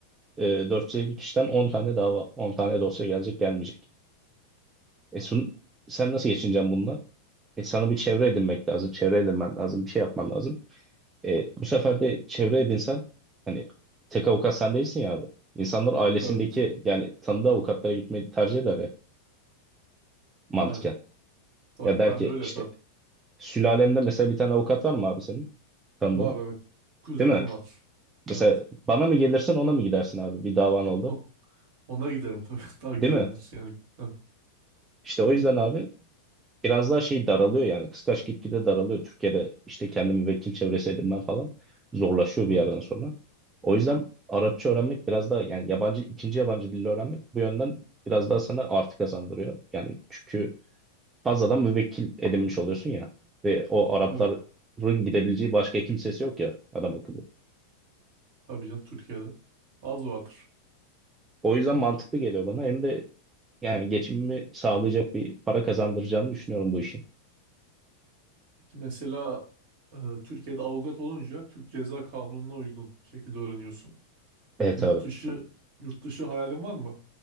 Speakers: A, on the right; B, on the right.
A: e, 450 kişiden 10 tane dava, 10 tane dosya gelecek gelmeyecek. E sun, sen nasıl geçineceksin bununla? E sana bir çevre edinmek lazım, çevre edinmen lazım, bir şey yapman lazım. E, bu sefer de çevre edinsen hani tek avukat sen değilsin ya abi. İnsanlar ailesindeki
B: Evet.
A: yani tanıdığı avukatlara gitmeyi tercih eder ya mantıken.
B: Yani var.
A: Ya der
B: Ben
A: ki
B: de öyle
A: işte
B: yaparım.
A: sülalende mesela bir tane avukat var mı abi senin tanıdığın?
B: Var evet. Kuzenim
A: Değil mi?
B: var.
A: Mesela
B: Evet.
A: bana mı gelirsin ona mı gidersin abi bir davan oldu?
B: O, ona giderim tabii. <laughs> Daha güvenilir
A: Değil mi?
B: yani. Evet.
A: İşte o yüzden abi biraz daha şey daralıyor yani kıskaç gitgide daralıyor. Türkiye'de işte kendi müvekkil çevresi edinmen falan zorlaşıyor
B: Hı.
A: bir yerden sonra. O yüzden Arapça öğrenmek biraz daha yani yabancı ikinci yabancı dili öğrenmek bu yönden biraz daha sana artı kazandırıyor. Yani çünkü fazladan müvekkil edinmiş oluyorsun ya ve o Arapların
B: Evet.
A: gidebileceği başka kimsesi yok ya adam akıllı.
B: Tabii canım Türkiye'de. Az vardır.
A: O yüzden mantıklı geliyor bana hem de yani geçimimi sağlayacak bir para kazandıracağını düşünüyorum bu işin.
B: Peki mesela e, Türkiye'de avukat olunca Türk Ceza Kanunu'na uygun şekilde öğreniyorsun.
A: Evet
B: Yurt
A: abi.
B: dışı yurt dışı hayalin var mı?